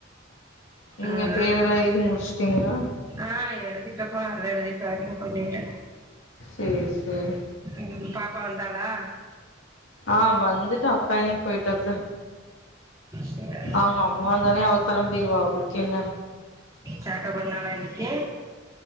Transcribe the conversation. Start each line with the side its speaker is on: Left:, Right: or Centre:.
Left: நீங்க
Right: அ
Left: பேரெல்லா
Right: ஆ
Left: எழுதி முடிச்சுட்டீங்களா
Right: ஆ எழுதிட்டப்பா வேற எழுதி போக்கிங் பண்ணிட்டே
Left: சேரி சேரி
Right: ம் பாப்பா வந்தாளா
Left: ஆ வந்துட்டு அப்பனே போய்ட்டா அத்தெ
Right: சேர்
Left: அவுங்க அம்மா வந்தோனே அவா கிளம்பிருவா அவளுக்கென்ன
Right: சேட்ட பண்ணாளா இன்னக்கி